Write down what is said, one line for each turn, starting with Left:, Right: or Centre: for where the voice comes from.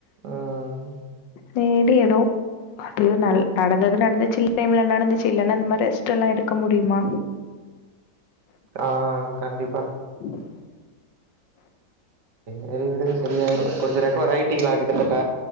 Right: ம்.
Left: செரி எதோ அது நல் நடந்தது நடந்துச்சி <unintelligible> நடந்துச்சி இல்லனா இந்த மாரி ரெஸ்ட் எல்லாம் எடுக்க முடியுமா
Right: ஆ கண்டிப்பா
Left: <inaudible>
Right: செரி விடுங்க சரியாயிரும் கொஞ்ச ரெக்கவர் ஆயிட்டிங்களா கிட்டத்தட்ட